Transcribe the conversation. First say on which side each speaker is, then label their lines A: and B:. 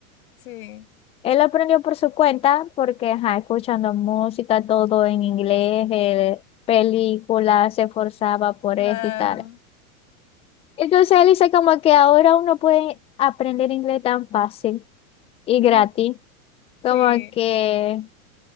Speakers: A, on the left (about 75°); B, on the left (about 15°).
A: sí,
B: Él aprendió por su cuenta porque, ajá, escuchando música, todo en inglés, eh, películas, se esforzaba por
A: claro.
B: eso y tal. Entonces él dice como que ahora uno puede aprender inglés tan fácil y
A: ujú,
B: gratis,
A: Sí,
B: como que